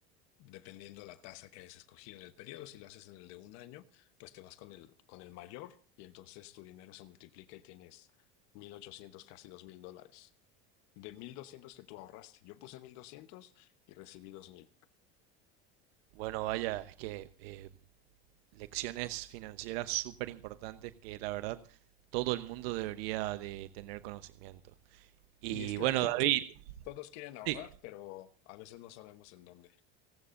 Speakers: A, on the left; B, on the right.
A: dependiendo la tasa que hayas escogido en el periodo, si lo haces en el de un año, pues te vas con el, con el mayor y entonces tu dinero se multiplica y tienes mil ochocientos casi 2000 dólares. De 1200 que tú ahorraste. Yo puse 1200 y recibí dos mil
B: Bueno, vaya, es que eh, lecciones financieras súper importantes que la verdad todo el mundo debería de tener conocimiento. Y
A: Y es que
B: bueno,
A: la gente,
B: David,
A: todos quieren ahorrar,
B: sí,
A: pero a veces no sabemos en dónde.